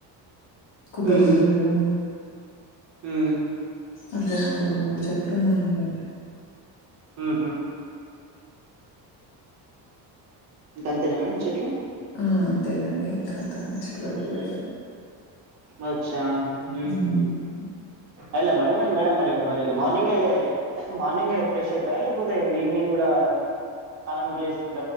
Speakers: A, on the left; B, on the right.
A: కొబ్బరి
B: ఉమ్,
A: చెట్టు
B: ఉమ్,
A: అట్లా ఇంక రెండు మూడు చెట్లు వున్నాయండి
B: ఉహు. ఇంక అంతేనా మేడం చెట్లు
A: హ్మ్ అంతేనండి ఇంక అంతకు మించి లెవ్వు ఇగ
B: ఆచ్చ ఉహ్మ్
A: హ్మ్.
B: ఎలా మేడ మేడం మరి మార్నింగే మార్నింగ్ ఫ్రెష్ అవుతర లేకపోతే ఈవినింగ్ గూడ స్నానం గర్ల్స్